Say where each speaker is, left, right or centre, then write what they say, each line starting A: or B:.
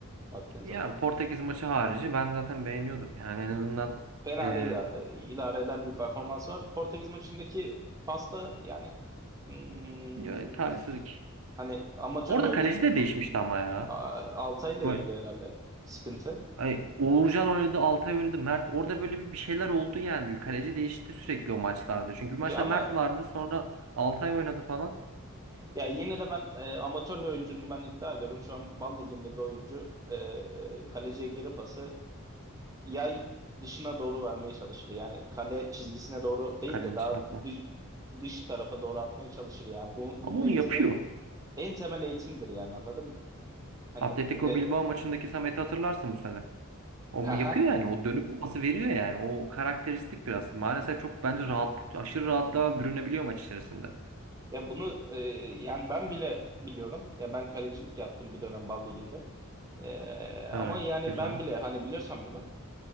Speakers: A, on the right; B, on the right.
A: baktığım
B: Yani
A: zaman.
B: Portekiz maçı harici ben zaten beğeniyordum. Yani en azından
A: Fena
B: e,
A: değil ha- e, idare eder bir performans var. Portekiz maçındaki pasta yani hmm,
B: ya, talihsizlik.
A: hani amatör
B: Orada
A: bir oyuncunun
B: kaleci de değişmişti ama ya.
A: a- Altay'la
B: Vay.
A: ilgili herhalde sıkıntı.
B: Ay, Uğurcan oynadı, Altay oynadı, Mert. Orada böyle bir bir şeyler oldu yani. Kaleci değişti sürekli o maçlarda. Çünkü bir
A: Ya
B: maçta
A: ama
B: Mert vardı sonra Altay oynadı falan.
A: ya yine de ben e, amatör bir oyuncunun ben iddia ediyorum. Şu an Bal Ligi'nde bir oyuncu e, kaleciye geri pası yay dışına doğru vermeye çalışır. Yani kale çizgisine doğru değil
B: Kalenin
A: de daha
B: için atmaz.
A: dış, dış tarafa doğru atmaya çalışır. Yani bu, bunun
B: Ama onu
A: eğitimi
B: yapıyor.
A: en temel eğitimdir yani anladın mı? Hani
B: Atletico
A: e,
B: Bilbao maçındaki Samet'i hatırlarsın bu sene. O
A: haha.
B: mu- yapıyor yani. O dönüp o pası veriyor yani. O karakteristik biraz. Maalesef çok bence rahat, aşırı rahatlığa bürünebiliyor maç içerisinde.
A: Ya bunu e, yani ben bile biliyorum. Ya ben kalecilik yaptım bir dönem Bal Ligi'nde. E, ama
B: Ha,
A: yani
B: güzel.
A: ben bile hani biliyorsan bunu.